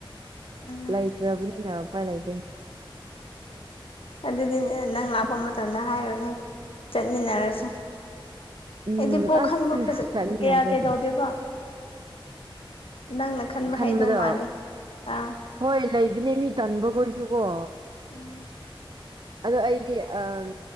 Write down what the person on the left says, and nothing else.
ꯎꯝ
ꯑꯗꯨꯗꯤꯅꯦ ꯅꯪ ꯂꯥꯛꯄ ꯃꯇꯝꯗ ꯍꯥꯏꯔꯣꯅꯦ ꯆꯠꯃꯤꯟꯅꯔꯁꯦ
ꯑꯩꯗꯤ ꯄꯣꯛ
ꯈꯟꯕ
ꯀꯌꯥ ꯀꯩꯗꯧꯗꯦꯕ ꯅꯪꯅ ꯈꯟꯕ
ꯍꯥꯏꯗꯧ ꯃꯥꯜꯂꯦ ꯑꯥ
ꯎꯝ